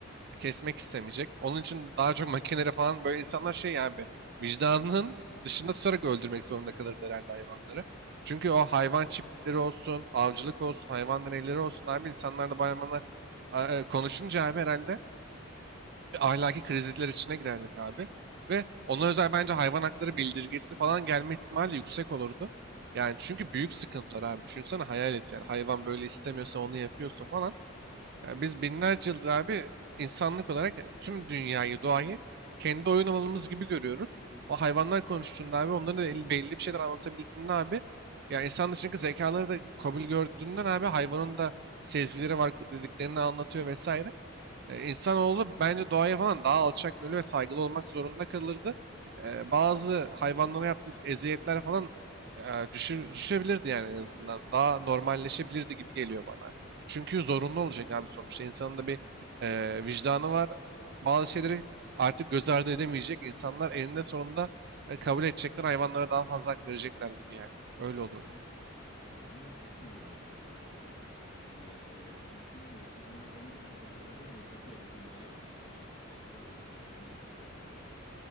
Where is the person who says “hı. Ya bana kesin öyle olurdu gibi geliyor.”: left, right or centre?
Left